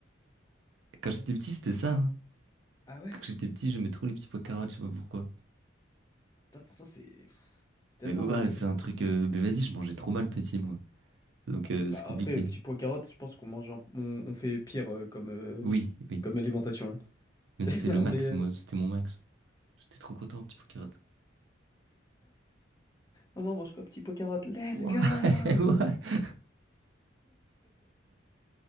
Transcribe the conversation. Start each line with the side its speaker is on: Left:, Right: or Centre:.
Right: Quand j'étais petit, c'était ça, hein.
Left: Ah ouais?
Right: Quand j'étais petit, j'aimais trop les petits pois carottes, je sais pas pourquoi.
Left: Putain, pourtant, c'est... C'est tellement.
Right: Mais ouais, ouais, c'est un truc. euh, mais vas-y, je mangeais trop mal petit, moi. Donc, euh,
Left: Bah,
Right: c'est compliqué.
Left: après, petit pois carotte, je pense qu'on mange, un- on, on fait pire euh, comme, euh,
Right: Oui, oui.
Left: comme alimentation.
Right: Mais c'était
Left: <laughs> Non
Right: le max,
Left: mais, euh,
Right: moi. C'était mon max. J'étais trop content, petit pois carottes.
Left: maman, mange quoi, petit pois carotte? Let's
Right: Ouais,
Left: go!
Right: <laughs> ouais.